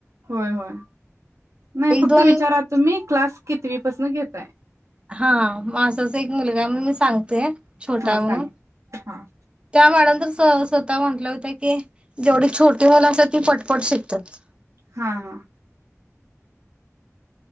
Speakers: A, on the right (about 75°); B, on the right (about 20°).
A: होय, होय! नाही
B: एक
A: फक्त
B: दोन
A: विचारा, तुम्ही क्लास कितीवीपासून घेताय?
B: हा, असं एक मुलगा आहे मी सांगतेय छोटा
A: हा
B: असे
A: सांगा
B: म्हणून
A: हा
B: त्या मॅडम तर स स्वतः म्हणत- होत की जेवढी छोटी मुलं असत्यात ती पटपट शिकत्यात.
A: हा हा